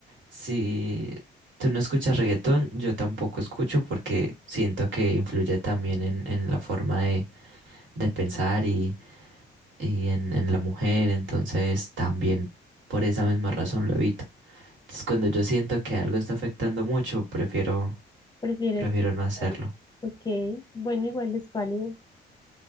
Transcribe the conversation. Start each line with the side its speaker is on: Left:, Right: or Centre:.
Right: si tú no escuchas reggaetón, yo tampoco escucho porque siento que influye también en, en la forma de, de pensar y, y en, en la mujer, entonces también por esa misma razón lo evito. Entonces, cuando yo siento que algo está afectando mucho, prefiero,
Left: ¿Prefieres?
Right: prefiero no hacerlo.
Left: Ok, bueno, igual es válido.